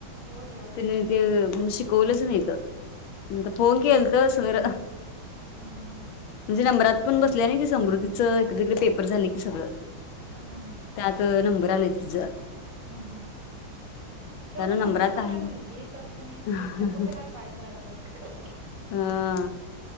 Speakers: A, on the right; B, on the left.
A: होय होय
B: तने ते शिकवलंच नाहीत फोन केल तर समीर
A: हम्म हम्म हम्म
B: तुझे नंबरात पण बसल्याय क समृधीं इकडे तिकडे पेपर झाले की सगळं
A: हम्म हम्म हम्म
B: त्यात नंबर आलाय तिझ
A: हा हा एवढा नंब्रात
B: नंबरात
A: आला
B: आहे.
A: मुलगी तर तुम्ही
B: हा
A: चकोतेला ट्राय करायला पाहिजेल हो त्याच
B: हा